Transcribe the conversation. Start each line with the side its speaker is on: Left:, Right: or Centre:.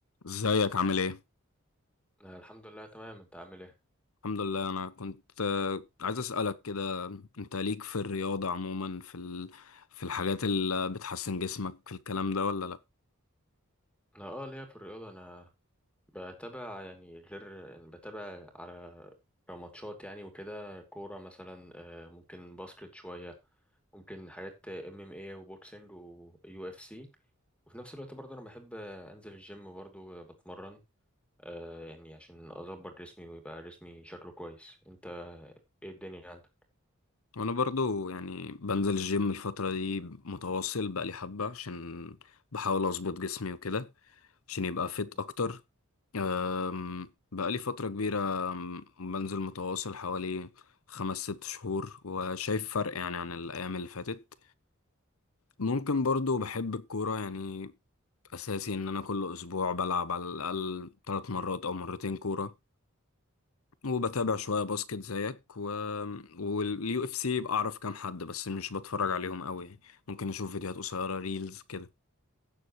Left: ازيك عامل ايه؟
Centre: أنا الحمد لله تمام انت عامل ايه
Left: الحمد لله انا كنت آه، عايز اسألك كده انت ليك في الرياضة عموما في ال... في الحاجات اللي بتحسن جسمك في الكلام ده ولا لا؟
Centre: انا اه ليا في الرياضه انا بتابع يعني غير يعني بتابع على ماتشات يعني وكده كوره مثلا آه، ممكن باسكت شويه ممكن حاجات ام ام اي وبوكسنج ويو اف سي وفي نفس الوقت برضه انا بحب انزل الجيم برضه آه، بتمرن آه، يعني عشان اظبط جسمي ويبقى جسمي شكله كويس انت ايه الدنيا عندك
Left: وانا برضو يعني بنزل الجيم الفترة دي متواصل بقالي حبة عشان بحاول اظبط جسمي وكده عشان يبقى فيت
Centre: مم.
Left: اكتر أم، بقالي فترة كبيرة أم، بنزل متواصل حوالي خمس ست شهور وشايف فرق يعني عن الأيام اللي فاتت ممكن برضو بحب الكورة يعني أساسي إن أنا كل أسبوع بلعب على الأقل تلات مرات أو مرتين كورة وبتابع شوية باسكت زيك و... واليو اف سي بعرف كام حد بس مش بتفرج عليهم قوي يعني ممكن أشوف فيديوهات قصيرة ريلز كده